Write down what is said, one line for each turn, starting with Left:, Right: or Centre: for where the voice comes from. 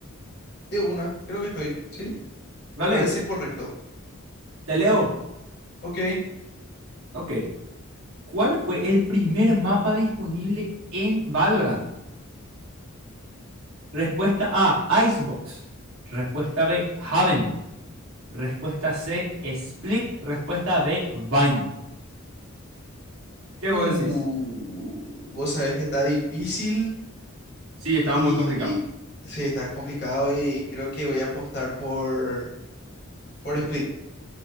Left: de una, creo que estoy, ¿sí?
Right: Vale,
Left: Me parece correcto.
Right: te leo.
Left: Ok.
Right: Ok. ¿Cuál fue el primer mapa disponible en Valorant? Respuesta A, Icebox. Respuesta B, Haven. Respuesta C, Split. Respuesta D, Vine. ¿Qué
Left: Uh,
Right: vos decís?
Left: vos sabés que está difícil
Right: Sí, estaba
Left: y,
Right: muy complicado.
Left: y- sí, está complicado y creo que voy a apostar por, por Split.